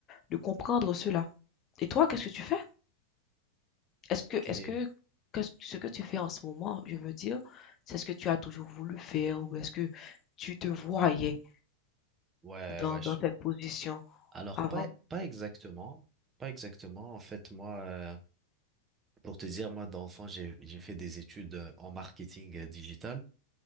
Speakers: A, on the left (about 30°); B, on the right (about 20°).
A: de comprendre cela. Et toi, qu'est-ce que tu fais? Est-ce que
B: Ok,
A: est-ce
B: ouais,
A: que que ce ce que tu fais en ce moment, je veux dire, c'est ce que tu as toujours voulu faire ou est-ce que tu te voyais
B: ouais.
A: dans, dans
B: je-
A: cette position
B: Alors
A: avant?
B: pas pas exactement, pas exactement. En fait, moi, euh, pour te dire, moi d'enfant, j'ai j'ai fait des études euh, en marketing euh, digital.